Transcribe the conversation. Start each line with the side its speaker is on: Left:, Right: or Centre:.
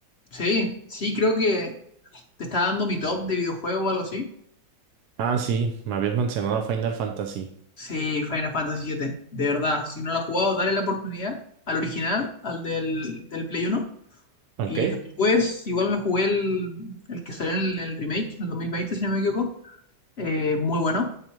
Left: Sí, sí, creo que te está dando mi top de videojuego o algo así.
Right: Ah, sí, me habías mencionado Final Fantasy.
Left: Sí, Final Fantasy siete, De verdad, si no lo has jugado, dale la oportunidad al original, al del, del Play uno
Right: Ok,
Left: Y después, igual me jugué el, el que salió en el, el remake, en el 2020, si no me equivoco. eh, muy bueno.